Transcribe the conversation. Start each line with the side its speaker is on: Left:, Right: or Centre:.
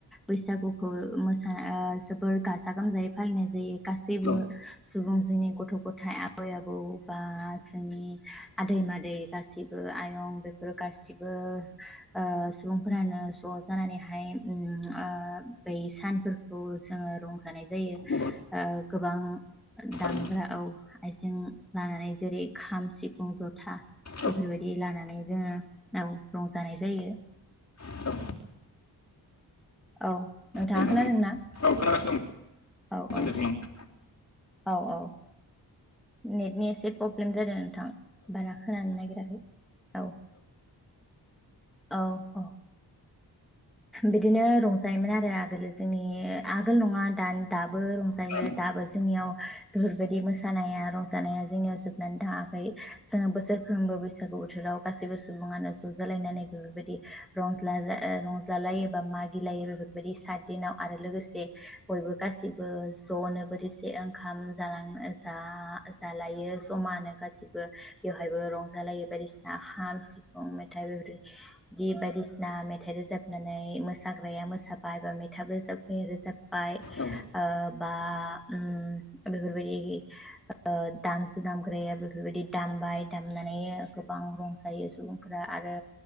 Centre: बैसागुखौ मोसा ओ जोबोर गाजा गोमजायै फालिनाय जायो, गासैबो
Left: औ
Centre: सुबुं जोंनि गथ'-गथाइ आबै-आबौ बा जोंनि आदै-मादै गासिबो आयं बेफोर गासि बो ओ सुबुंफोरानो ज' जानानैहाय उम ओ बै सानफोरखौ जोङो रंजानाय जायो
Left: नंगौ
Centre: ओ गोबां
Left: थारैनो
Centre: दामग्रा औ आइजें लानानै जेरै-खाम, सिफुं, जथा
Left: औ
Centre: बेफोरबायदि लानानै जोङो औ रंजानाय जायो।
Left: औ
Centre: औ नोंथाङा
Left: औ नंगौ
Centre: खोनादोंना?
Left: नोंथां. औ खोनागासिनो दं
Centre: औ
Left: नोंथां
Centre: औ,
Left: दे बुंलां
Centre: औ औ। नेटनि एसे प्रब्लेम जादों नोंथां बारा खोनानो नागिराखै। औ, औ औ। बिदिनो रंजायोमोन आरो आगोलो जोंनि आगोल नङा दा-दाबो रंजायो
Left: औ
Centre: दाबो जोंनियाव बेफोरबायदि मोसानाया रंजानाया जोंनियाव जोबनानै थाङाखै जोङो बोसोरफ्रोमबो बैसागु बोथोराव गासैबो सुबुङानो ज' रंजालायनानै बेफोरबायदि रंज्लाजा ओ रंजालायो बा मागिलायो बेफोरबायदि सात दिनाव आरो लोगोसे बयबो गासिबो ज'नो बोथिसे ओंखाम जालांनो ओ जा- जालायो जमानो गासिबो बेवहायबो रंजालायो बायदिसिना खाम, सिफुं, मेथाइ गिद बायदिसिना मेथाइ रोजाबनानै मोसाग्राया मोसा बाय, बा मेथाब रोजाब नि रोजाबबाय,
Left: नंगौ
Centre: ओ बा उम बेफोरबायदि दामसु दामग्राया बेफोरबायदि दामबाय दामनानै गोबां रंजायो, सुबुं फोरा आरो